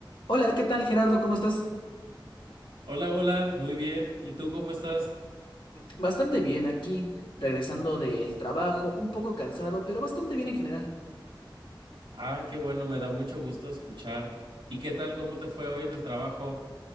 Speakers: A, on the left; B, on the right.
A: Hola, ¿qué tal Gerardo? ¿Cómo estás?
B: Hola, hola, muy bien. ¿Y tú cómo estás?
A: Bastante bien aquí, regresando del trabajo, un poco cansado, pero bastante bien en general.
B: Ah, qué bueno, me da mucho gusto escuchar. ¿Y qué tal? ¿Cómo te fue hoy en el trabajo?